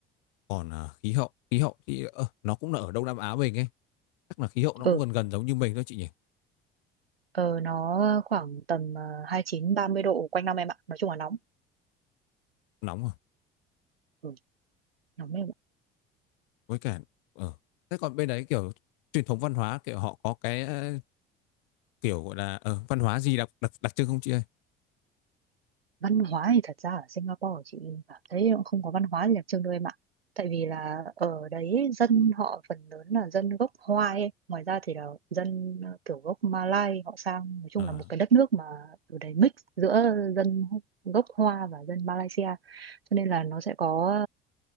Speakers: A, on the left; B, on the right.
A: còn à, khí hậu khí hậu thì ờ, nó cũng là ở Đông Nam Á mình ấy chắc là khí hậu nó
B: ừ
A: cũng gần gần giống như mình thôi chị nhỉ
B: ờ, nó khoảng tầm ờ, hai chín ba mươi độ quanh năm em ạ nói chung là nóng
A: nóng rồi
B: ừ, nóng
A: với cả ờ thế còn bên đấy kiểu truyền thống văn hóa kiểu họ có cái ờ, kiểu gọi là ờ, văn hóa gì đặc đặc đặc trưng không chị ơi
B: văn hóa thì thật ra ở Singapore chị cảm thấy cũng không có văn hóa gì đặc trưng đâu em ạ tại vì là ở đấy dân họ phần lớn là dân gốc Hoa ấy. ngoài ra thì là dân kiểu gốc Malay họ sang nói chung
A: Ờ.
B: là một cái đất nước mà ở đấy mix giữa dân gốc Hoa và dân Malaysia cho nên là nó sẽ có